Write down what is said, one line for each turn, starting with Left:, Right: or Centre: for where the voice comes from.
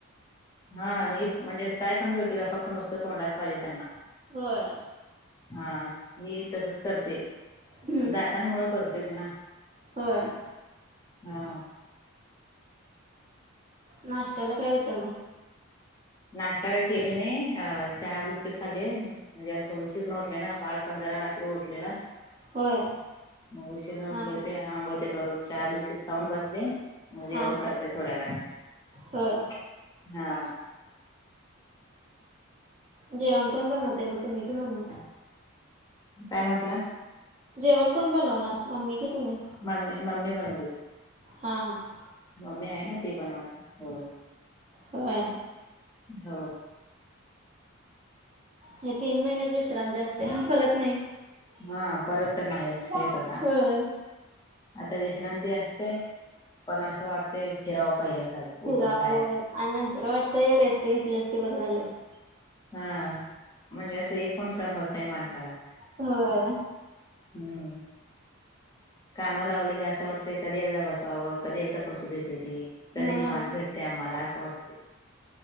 Left: हा हे म्हणजे असं काय पण भेटू दया फक्त नुसतं तोंडाच पाहिजे त्यांना
Right: होय
Left: हा मी तसच करते
Right: हम्म.
Left: जा तांमुळे करते ते ना
Right: होय.
Left: हा
Right: नाष्ट्याला काय होतं मग?
Left: नाष्टा काय केले नाही अ चहा बिस्किट खाल्ले. मी जास्त उशीरन उटले ना बाळपण जरा रात्री उठलेल
Right: होय
Left: मग उशीरान
Right: हा
Left: उठले
Right: हा
Left: होते आंघोळ ते करून चहा बिस्किट खाऊन बसले. म
Right: हा
Left: जेवण
Right: हा
Left: करते थोड्या वेळाने
Right: होय
Left: हा
Right: जेवण कोण बनवतय मग तुम्ही कि मम्मी
Left: काय म्हटलात
Right: जेवण कोण बनवणार मम्मी की तुम्ही
Left: मम्मी मम्मी बनवत हुती.
Right: हा हा
Left: मम्मी आहे ना ती बनवत हो
Right: होय.
Left: हो
Right: हे तीन महिनेच विश्रांती असत्या परत नाही.
Left: हा परत तर नाहीच
Right: होय.
Left: हेच आता आता विश्रांती असते पण असं वाटतय फिरावं पाहिल्यासारखं
Right: फिराव
Left: उठून बाहेर
Right: होय आणि नंतर वाटतय रेस्ट घेतली असती बरं झालं असत.
Left: हा म्हणजे असं एक पण सहन होत नाई माणसाला
Right: होय
Left: हम्म काम लावली की असं वाटतं कधी एकदा बसावं कधी एकदा बसू देत्याती.
Right: हा.
Left: कधी निवांत भेटतय आम्हाला असं वाटतय